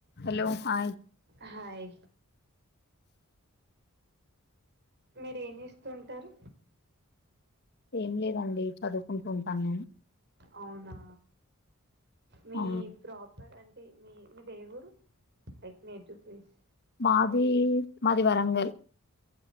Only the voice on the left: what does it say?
Hello hi
ఏం లేదండి చదువుకుంటు ఉంటాను నేను.
ఆ
మాది మాది వరంగల్